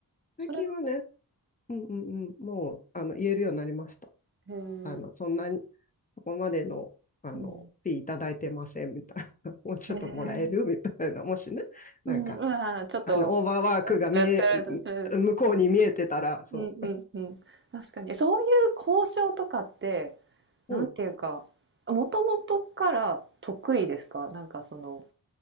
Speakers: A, on the left; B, on the right.
A: 最近はね、
B: それは
A: うんうんうん、もう、あの、言えるようになりました。
B: うん。
A: あの、
B: へえ。
A: そんなに、そこまでの、あの、
B: うん。
A: フィーいただいてません、みたいな。<laughs> もうちょっともらえるみたいな。
B: へえ。
A: <laughs> もしね、なんか、
B: うん、うわ、ちょっと、
A: あの、オーバーワークが見え、
B: なんかやったらうん
A: 向こうに見えてたら、そ
B: うんうんうん。確かに。そういう交渉とかって、
A: う。
B: なんていうか、
A: うん。
B: もともとから得意ですか？なんかその、